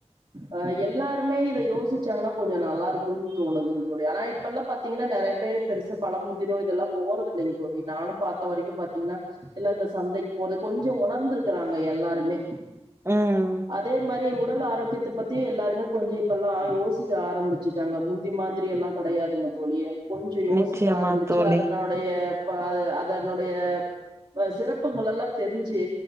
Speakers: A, on the right (about 45°); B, on the right (about 25°).
A: ஆ எல்லாருமே இத யோசிச்சாங்கன்னா கொஞ்சோ நல்லா இருக்கும்னு தோணுதுங்க தோழி ஆனா இத் இப்பெல்லாம் பார்த்தீங்கன்னா நறைய பேர் பெரூச பழம் முதிரோ இதெல்லா போறது இல்லைங்க தோழி நானு பாத்த வரைக்கு பாத்தீங்கன்னா இல்ல இந்த சந்தைக்கு போது கொஞ்சோ ஒணர்ந்திருக்குறாங்க எல்லாருமே
B: ம்.
A: அதே மாரி உடல் ஆரோக் முக்கியத்த பத்தி எல்லாருமே கொஞ்சோ இப்பெல்லா யோசிக்க ஆரம்பிச்சுட்டாங்க முந்தி மாரி எல்லா கெடையாதுங்க தோழி கொஞ்சோ யோசிக்க
B: நிச்சயமா
A: ஆரம்பிச்சி
B: தோழி.
A: அதனால் பழய பா அதனுடைய அ சிறப்புங்கள் எல்லா தெரிஞ்சி